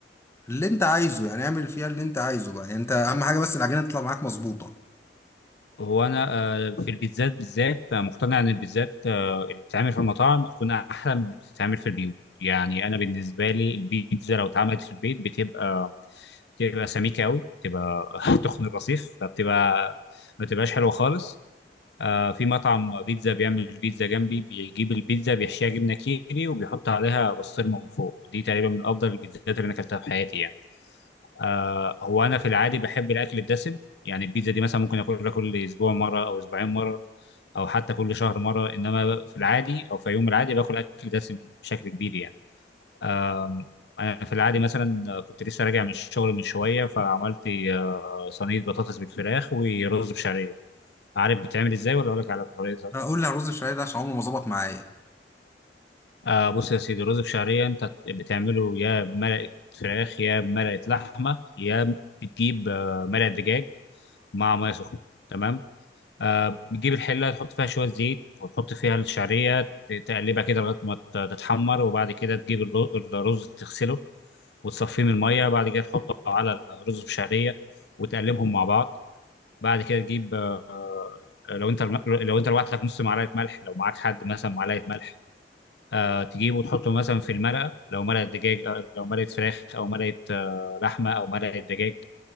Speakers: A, on the left; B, on the left.
A: اللي انت عايزه يعني اعمل فيها اللي انت عايزه بقى يعني انت اهم حاجه بس العجينه تطلع معاك مظبوطه
B: هو انا آه، في البيتزات بالذات آه، مقتنع ان البيتزات آه، اللي بتتعمل في المطاعم بتكون احلى من اللي بتتعمل في البيوت يعني انا بالنسبه لي البيتزا لو اتعملت في البيت بتبقى بتبقى سميكه قوي بتبقى <laughs> تخن الرصيف فبتبقى ما بتبقاش حلوه خالص آه في مطعم بيتزا بيعمل بيتزا جنبي بيجيب البيتزا بيحشيها جبنه كيري وبيحط عليها بسطرمه من فوق دي تقريبا من افضل البيتزات اللي انا اكلتها في حياتي يعني آه هو انا في العادي بحب الاكل الدسم يعني البيتزا دي مثلا ممكن اكلها كل اسبوع مره او اسبوعين مره او حتى كل شهر مره انما في العادي او في يوم العادي باكل اكل دسم بشكل كبير يعني آه انا في العادي مثلا كنت لسه راجع من الشغل من شويه فعملت آه صينيه بطاطس بالفراخ ورز بشعريه عارف بتعمل ازاي ولا اقول لك على طريقتها
A: هقول لي على الرز الشعريه ده عشان عمره ما ظبط معايا
B: آه بص يا سيدي رز بشعرية انت بتعمله يا بملقة فراخ يا بملقة لحمة يا بتجيب آه ملقة دجاج مع مية سخنة تمام آه بتجيب الحلة تحط فيها شوية زيت وتحط فيها الشعرية ت- تقلبها كده لغاية ما ت- تتحمر وبعد كده تجيب الر- الرز تغسله وتصفيه من المية بعد كده تحطه على الرز بشعرية وتقلبهم مع بعض بعد كده تجيب آه آه، لو انت لو انت لوحدك نص معلقة ملح لو معاك حد مثلا معلقة ملح آه، تجيبه وتحطه مثلا في المرقة لو مرقة دجاج آه، لو مرقة فراخ أو مرقة آه، لحمة أو مرقة دجاج